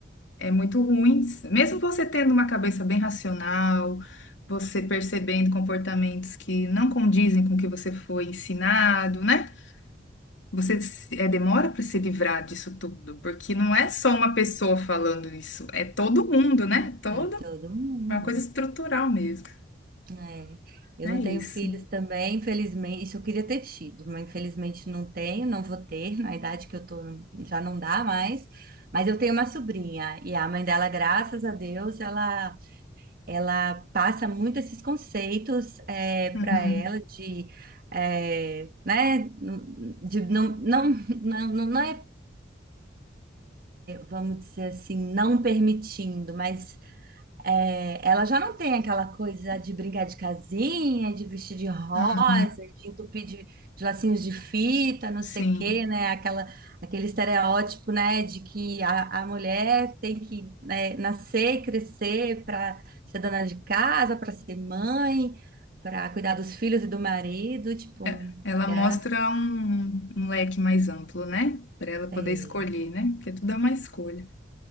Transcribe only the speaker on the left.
É muito ruim. Mesmo você tendo uma cabeça bem racional, você percebendo comportamentos que não condizem com o que você foi ensinado, né? Você se- é, demora para se livrar disso tudo, porque não é só uma pessoa falando isso, é todo mundo, né? Todo,
é uma coisa estrutural mesmo.
É
isso.
Uhum.
Ah,
sim.
É, Ela mostra
um, um leque mais amplo, né? Para ela poder
escolher, né? Porque tudo é uma escolha.